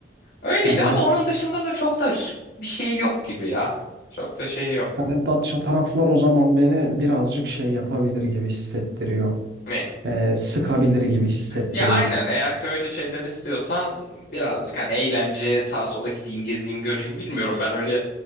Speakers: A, on the left; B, on the right.
A: Öyleydi
B: Hani
A: ama onun dışında da çok da hiç bir şey yok gibi ya. Çok da şey yok.
B: Hani Datça taraflar o zaman beni birazcık şey yapabilir gibi hissettiriyor.
A: Ne?
B: e, sıkabilir gibi hissettiriyor.
A: Ya aynen eğer ki öyle şeyler istiyorsan birazcık hani eğlence sağa sola gideyim gezeyim göreyim bilmiyorum. Ben öyle